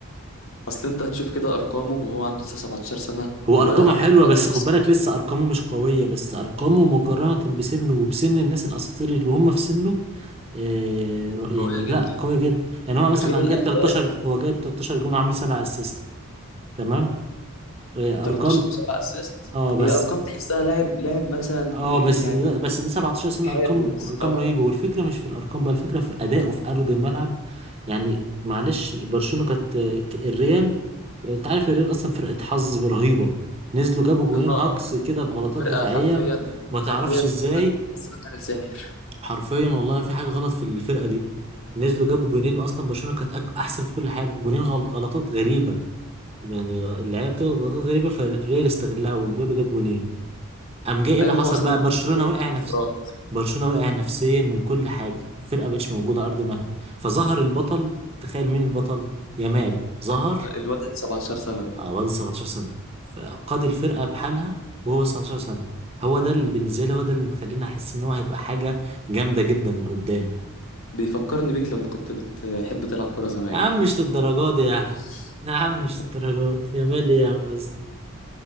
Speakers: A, on the left (about 70°); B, on the right (about 25°).
A: اصل انت هتشوف كده ارقامه وهو عنده لسه 17 سنه
B: هو
A: الواد
B: أرقامه
A: ع-
B: حلوة
A: الواد
B: بس
A: كسر
B: خد بالك لسه أرقامه مش قوية بس أرقامه مقارنة بسنه وبسن الناس الأساطير اللي هم في سنه آه، ر- يعني
A: قويه جدا
B: لا قوي جدا يعني هو مثلا
A: غير الاهداف
B: جايب 13 هو جايب 13 جون وعامل 7 اسيست تمام آه،
A: 13
B: ارقام
A: و7 اسيست
B: اه بس
A: هي ارقام تحسها لاعب لاعب مثلا
B: اه بس
A: يعني
B: ده بس ده 17 سنة
A: حلو
B: ارقام
A: بس
B: ارقام
A: اه
B: رهيبة والفكرة مش في الارقام بقى الفكرة في ادائه في ارض الملعب يعني معلش برشلونة كانت آه، ك- الريال آه، انت عارف الريال اصلا فرقة حظ رهيبة نزلوا جابوا جونين
A: اه
B: هاكس كده بغلطات
A: فرقه
B: دفاعية
A: حرفيا
B: ما تعرفش
A: حرفيا
B: ازاي
A: بتلعب تحس انها بتعمل سحر
B: حرفيا والله في حاجه غلط في الفرقه دي نزلوا جابوا جونين واصلا برشلونه كانت أك- احسن في كل حاجه جونين غل- غلطات غريبه يعني اللعيبه بتغلط غلطات غريبه فالريال استغلها ومبابي جاب جونين قام جاي ايه
A: ايوه
B: اللي حصل
A: ما هو اصلا
B: بقى
A: الجون
B: برشلونه
A: اللي جون
B: وقع
A: كان
B: نفس
A: انفراد
B: برشلونه وقع نفسيا وكل حاجه الفرقه مبقتش موجوده على ارض الملعب فظهر البطل تخيل مين البطل يامال ظهر
A: كان ال- الواد اللي 17 سنه ده
B: اه بعد 17 سنه فقاد الفرقه بحالها وهو 19 سنه هو ده اللي بالنسبه لي هو ده اللي مخليني احس ان هو هيبقى حاجه جامده جدا قدام
A: بيفكرني بيك لما كنت بتحب تلعب كوره زمان
B: يا عم مش للدرجات دي يا عم
A: <laughs>
B: يا عم مش للدرجات يا مال ايه يا عم بس